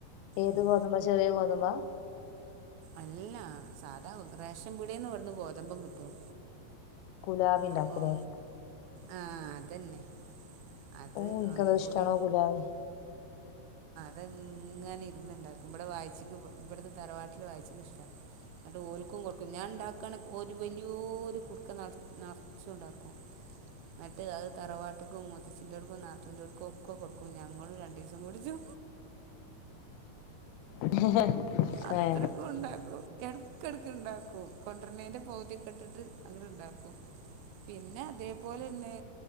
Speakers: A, on the left; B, on the right.
A: ഏത്
B: ഉം
A: ഗോതുമ്പ ചെറിയ ഗോതമ്പാ
B: അല്ല സാധാ റേഷൻ പീടിയന്ന് ഇവിടുന്നു ഗോതമ്പും കിട്ടും
A: ഗുലാബി ഉണ്ടാക്കൂലേ
B: അപ്പം ആ അതന്നെ അത്
A: ഓന് ഇൻക്ക്
B: ഒന്നും
A: അത് ഇഷ്ടണോ
B: കൂടി
A: കുലാവി
B: ഇവിടെ ഇങ്ങനെ ഇരുന്ന്ണ്ടാക്കും ഇവിടെ വായിചിക്ക് ഇവിടത്തെ തറവാട്ടില് വായിച്ചിക്ക്ഷ്ടാ എന്നട്ട് ഓൽക്കും കൊടുക്കും ഞാൻ ഉണ്ടാക്കണ ഒരു വലിയൊരു ഒരു കുടുക്ക നറ നറച്ചും ഉണ്ടാക്കും എന്നട്ട് അത് തറവാട്ടക്ക മൊത്ത മൂത്തച്ചിന്റോടുക്കും നാത്തൂൻന്റെടുക്കും ഒക്കെ കൊടുക്കും ഞങ്ങളും രണ്ടീസം കുടിച്ചു
A: <unintelligible>
B: അത്ര
A: ഏഹ്
B: ഉണ്ടാക്കും ഇടക്കടക്ക്‌ണ്ടാക്കും കൊണ്ടര്ണേന്റെ പൗതിയൊക്കെ ഇട്ടിട്ട് അങട്ട് ണ്ടാക്കും പിന്നെ അതേപോലെന്നെ